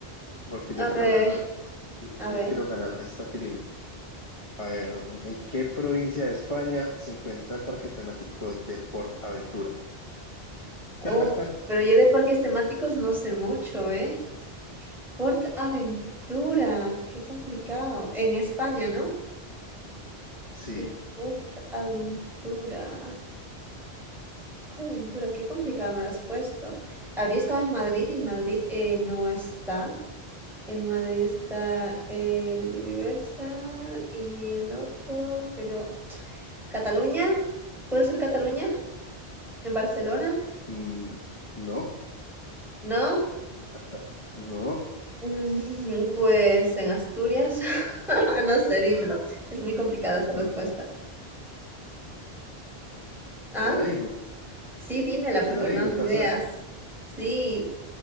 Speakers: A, on the left (about 30°); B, in the centre.
A: porque yo
B: A
A: quiero
B: ver,
A: ganar.
B: a
A: Yo
B: ver.
A: quiero ganar esta trivia. A ver, mm, ¿en qué provincia de España se encuentra el parque temático de Por Aventura? <laughs>
B: Uf, pero yo de parques temáticos no sé mucho, ¿eh? Port Aventura, qué complicado. En España, ¿no?
A: Sí,
B: El Port Aventura. Ventura, qué complicado me lo has puesto. Habría estado en Madrid y en Madrid eh, no está. En Madrid está el Universal y el otro, pero... ¿Cataluña? ¿Puede ser Cataluña? ¿En Barcelona?
A: Mm, no,
B: ¿No?
A: hasta- no,
B: Mm, <laughs> pues en Asturias. <laughs> No sé, dímelo. Es muy complicada esa
A: no,
B: respuesta. ¿Ah?
A: te la digo,
B: Sí, dímela,
A: te
B: porque
A: la digo,
B: no, ni
A: taza.
B: ideas. Sí,